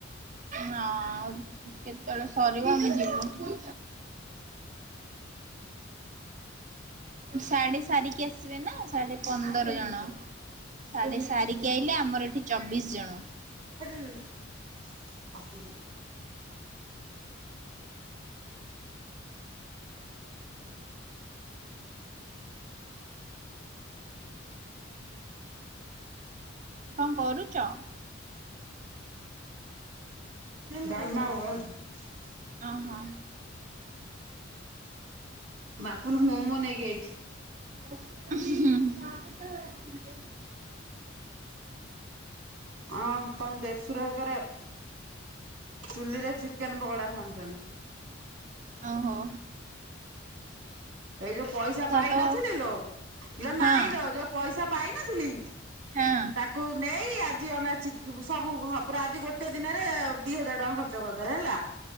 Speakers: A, on the right; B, on the right.
A: ନା, କେତେଳେ ସରିବ ଆମେ ଯିବୁ। ସାଡେ ସାରିକି ଆସିବେ ନା ସାଡେ ପନ୍ଦର ଜଣ। ସାଡେ ସାରିକି ଆଇଲେ, ଆମର ଏଠି ଚବିଶ୍ ଜଣ।
B: <unintelligible> ଆସିବୁ।
A: କଣ କରୁଚ?
B: ଡାଲମା ଓ <unintelligible>
A: ଅ ହ।
B: ବାପୁନୁ ମୋମୋ ନେଇକି ଆଈଛି।
A: ହୁଁ।
B: ହଁ ତମ ଦେଢସୁର ହେକେରେ ଚୁଲିରେ ଚିକେନ ପକୋଡା ଛାଣୁଚନ୍ତି।
A: ଓ ହୋ।
B: ଏଇ ଯୋଉ ପଇସା ପାଇନଥିଲି
A: ତ
B: ଲୋ ଲୋ
A: ହଁ
B: ନାଇଁ ଲୋ ଯୋଉ ପଇସା ପାଇନଥିଲି,
A: ହଁ
B: ତାକୁ ନେଇ ଆଜି ଅନା ଚି ଦେଖିବୁ ସବୁ ଘ ପୁରା ଆଜି ଗୋଟେ ଦିନରେ ଦି ହଜାର୍ ଟଙ୍କା ଖର୍ଚ୍ଚ କରିଦେଲେ ହେଲା।